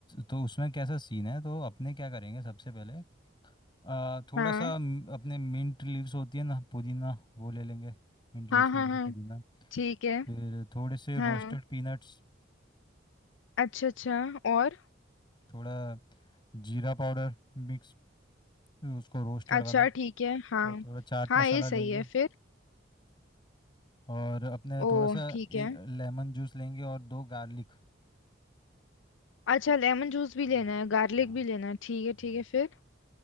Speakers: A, on the left; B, on the left.
A: तो उसमें कैसा सीन है तो अपने क्या करेंगे सबसे पहले आ, थोड़ा
B: हाँ
A: सा म- अपने मिंट लीव्स होती है ना पुदीना वो ले लेंगे मिंट लीव्स
B: हाँ
A: नहीं
B: हाँ
A: है
B: हाँ
A: तो पुदीना
B: ठीक है
A: फिर थोड़े से रोस्टेड
B: हाँ
A: पीनट्स
B: अच्छा अच्छा और
A: थोड़ा जीरा पाउडर मिक्स उसको रोस्टेड
B: अच्छा
A: वाला
B: ठीक है हाँ
A: और थोड़ा चाट
B: हाँ
A: मसाला
B: ये सही
A: लेंगे
B: है फिर
A: और अपने
B: ओ
A: थोड़ा सा
B: ठीक
A: एक
B: है
A: लेमन जूस लेंगे और दो गार्लिक
B: अच्छा लेमन जूस भी
A: हम्म,
B: लेना है गार्लिक
A: हाँ
B: भी लेना है ठीक है
A: हम्म,
B: ठीक है फिर